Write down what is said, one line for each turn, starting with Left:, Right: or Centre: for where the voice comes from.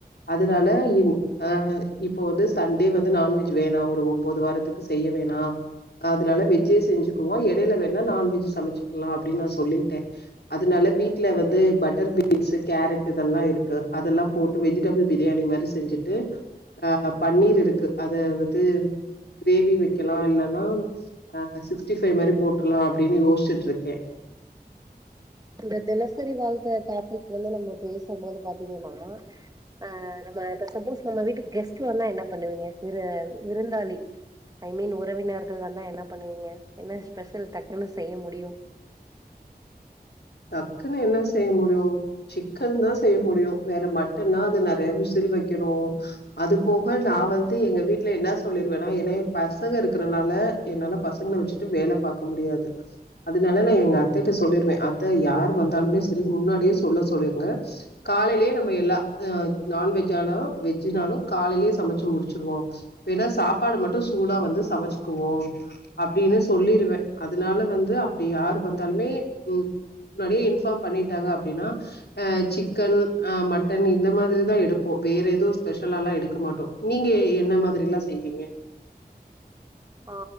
Left: அதனால இன் ஆஹ் இப்போ வந்து சண்டே வந்து நான்வெஜ் வேணா ஒரு ஒம்போது வாரத்துக்கு செய்ய வேணா அதுனால வெஜ்ஜே செஞ்சுக்குவோ எடைல வேணா நான்வெஜ்ஜு சமச்சிக்லா அப்டின் நா சொல்லிட்டே அதனால வீட்ல வந்து பட்டர் பீன்ஸ்சு கேரட்டு இதெல்லாம் இருக்கு அதெல்ல போட்டு வெஜிடபிள் பிரியாணி மாரி செஞ்சுட்டு அஹ் பன்னீர் இருக்கு அதை வந்து கிரேவி வெக்கலா இல்லனா அஹ் சிக்ஸ்டி ஃபைவ் மாரி போட்ருலா அப்டின்னு யோசிச்ட்டு இருக்கே
Right: இந்த தினசரி வாழ்க்க டாபிக் வந்து நம்ம பேசும்போது பாத்திங்கனா அ நம்ம இப்ப சப்போஸ் நம்ம வீட்டுக்கு கெஸ்ட் வந்தா என்ன பண்ணுவிங்க விரு விருந்தாளி ஐ மீன் உறவினர்கள் வந்தா என்ன பண்ணுவிங்க என்ன ஸ்பெஷல் டக்குன்னு செய்ய முடியு
Left: டக்குன்னு என்ன செய்ய முடியு சிக்கன்தா செய்ய முடியு வேற மட்டன்னா அது நெறைய விசில் வெக்கணு அது போக நா வந்து எங்க வீட்ல என்னா சொல்லிருவனா ஏனா எ பசங்க இருக்கறனால என்னால பசங்கள வெச்சுட்டு வேல பாக்க முடியாது அதனால நா எங்க அத்தைட்ட சொல்லிருவே அத் த யார் வந்தாலுமே செரி முன்னாடியே சொல்ல சொல்லிருங்க காலையிலயே நம்ம எல்லா அ நான்வெஜ்ஜாலு வெஜ்ஜுனாலு காலைலயே சமைச்சு முடிச்சிருவோ வேணா சாப்பாடு மட்டு சூடா வந்து சமைச்சுக்குவோ அப்டின்னு சொல்லிருவே அதனால வந்து அப்டி யார் வந்தாலுமே ம் முன்னாடியே இன்ஃபார்ம் பண்ணிட்டாங்க அப்டின்னா அ சிக்கன் அ மட்டன் இந்த மாதிரிதா எடுப்போ வேற ஏதோ ஸ்பெஷலாலா எடுக்க மாட்டோ நீங்க என்ன மாதிரில்லா செய்விங்க
Right: ஆ